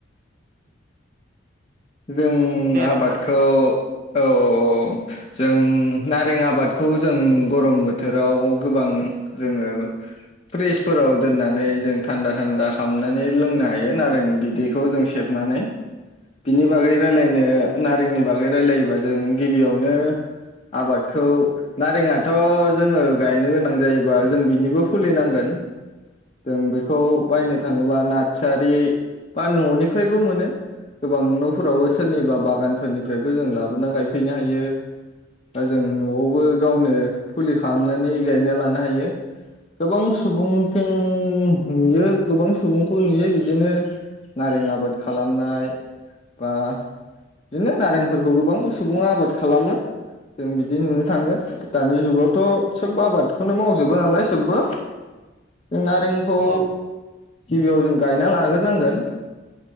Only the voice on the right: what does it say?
दे
नोंथां
औ